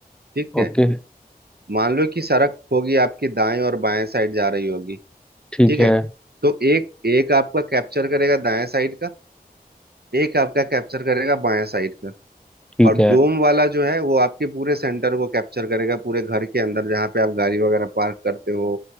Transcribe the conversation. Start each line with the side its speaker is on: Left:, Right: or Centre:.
Right: ठीक है
Centre: ओके
Right: मान लो कि सड़क होगी आपकी दाएं और बाएं साइड जा रही होगी
Centre: ठीक
Right: ठीक
Centre: है
Right: है तो एक एक आपका कैप्चर करेगा दाएं साइड का एक आपका कैप्चर करेगा बाएं साइड का
Centre: ठीक
Right: और
Centre: है
Right: डोम वाला जो है वो आपके पूरे सेंटर को कैप्चर करेगा पूरे घर के अंदर जहाँ पे आप गाड़ी वगैरह पार्क करते हो